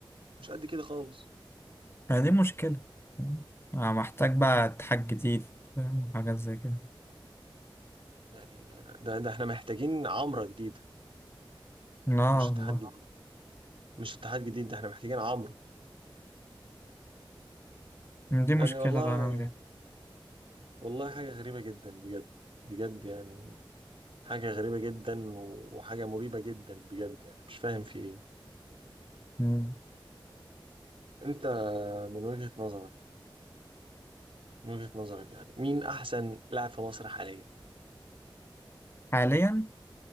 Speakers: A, on the right; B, on the left.
A: مش قد كده خالص
B: يعني دي مشكلة أنا محتاج بقى اتحاج جديد فاهم؟ وحاجات زي كده
A: يعني ده ده احنا محتاجين عمره جديده
B: لا
A: مش
B: والله
A: اتحاد جديد مش اتحاد جديد ده احنا محتاجين عمره
B: دي
A: يعني
B: مشكلة
A: والله
B: بقى أنا أعمل إيه
A: والله حاجه غريبه جدا بجد بجد يعني حاجه غريبه جدا وحاجه مريبه جدا بجد يعني مش فاهم في ايه
B: مم.
A: انت من وجهه نظرك من وجهه نظرك يعني مين احسن لاعب في مصر حاليا
B: حاليا